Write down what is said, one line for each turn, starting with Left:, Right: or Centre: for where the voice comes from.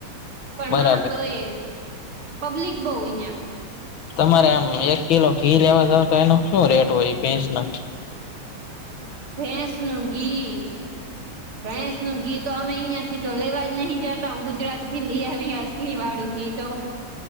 Right: પણ
Left: બરાબર
Right: હા, તોય આ પબ્લિક બહુ અહિયાં.
Left: તમારે આમ એક કિલો ઘી લેવા જાવ તો એનું શું રેટ હોય ભેંસનું?
Right: ભેંસનું ઘી, ભેંસનું ઘી તો આપ પણે અહીંયા થી તો લેવા જ નહીં જાતા. ગુજરાતથી લઈ આવીએ અસલીવાળું ઘી તો.